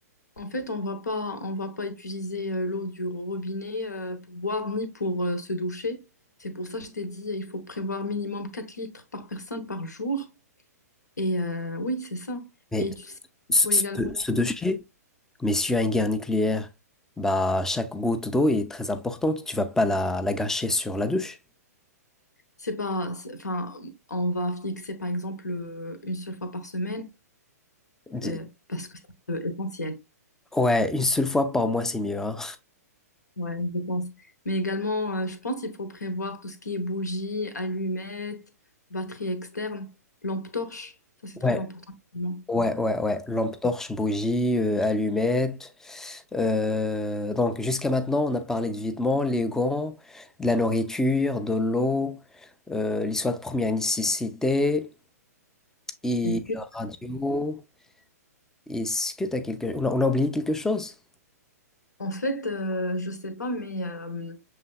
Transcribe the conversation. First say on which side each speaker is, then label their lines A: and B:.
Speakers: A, on the left; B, in the centre.
A: en fait, on va pas, on va pas utiliser euh, l'eau du robinet euh, pour boire ni pour euh, se doucher. C'est pour ça que je t'ai dit, il faut prévoir minimum 4 litres par personne par jour. Et euh, oui, c'est ça.
B: Mais
A: Et tu sais, il
B: ce,
A: faut
B: ce,
A: également...
B: ce déchet, mais s'il y a une guerre nucléaire, bah, chaque goutte d'eau est très importante. Tu vas pas la, la gâcher sur la douche.
A: C'est pas, c'est- enfin, on va fixer par exemple euh, une seule fois par semaine
B: Di-
A: euh, parce que c'est euh, essentiel.
B: Ouais, une seule fois par mois, c'est mieux. hein.
A: Ouais, je pense. Mais également, euh, je pense qu'il faut prévoir tout ce qui est bougies, allumettes, batterie externe, lampe torche. Ça, c'est
B: Ouais,
A: très important. également.
B: Ouais, ouais, ouais. Lampe torche, bougie, euh, allumette. Euh, donc jusqu'à maintenant, on a parlé de vêtements, les gants, de la nourriture, de l'eau, euh, les soins de première nécessité et
A: Et puis,
B: radio. Est-ce que t'as quelque... on a, on a oublié quelque chose?
A: en fait, euh, je sais pas, mais euh,